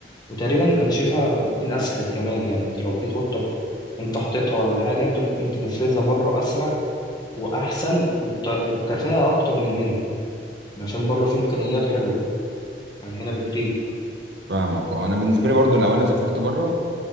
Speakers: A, on the left; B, on the right.
A: وتقريبا انا شايفها ممكن اسهل كمان يعني انت لو في خطة بقى انت حاططها ولا حاجة انت ممكن تنفذها بره اسرع واحسن وبت... وبكفاءة اكتر من هنا عشان بره في امكانيات حلوة عن هنا بكتير
B: فاهمك اه انا بالنسبه لي برضو لو انا سافرت بره